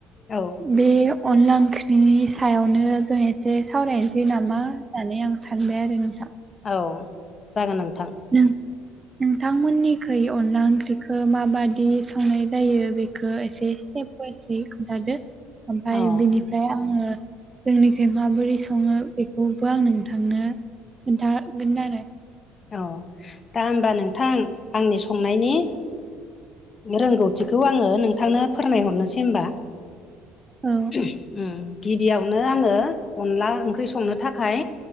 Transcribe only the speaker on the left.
औ
औ जागोन नोंथां।
औ
औ दा होमबा नोंथां आंनि संनायनि रोंगौथिखौ आङो नोंथांनो फोरमायहरनोसै होनबा <inaudible>
गिबियावनो आङो अनला ओंख्रि संनो थाखाय